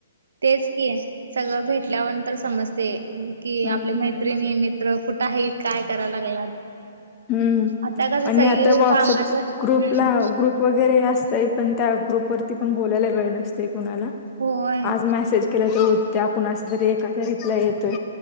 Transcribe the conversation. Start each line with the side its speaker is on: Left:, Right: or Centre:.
Right: तेच की सगळं भेटल्यावर तर समजतय कि
Left: हम्म
Right: आपल्या मैत्रींणी नियमित मगं कुठे आहे काय करायला लागलात?
Left: हम्म
Right: आता कस
Left: आणि
Right: सगळीं
Left: आता व्हॉट्सअप
Right: काम च हम्म
Left: ग्रुपला ग्रुप वगैरे असतय पण त्या ग्रुप वरती पण बोलायला वेळ नसतो कुणाला
Right: होय
Left: आज मेसेज केला त त्या कुणाशी तरी काय रिप्लाय येतोय?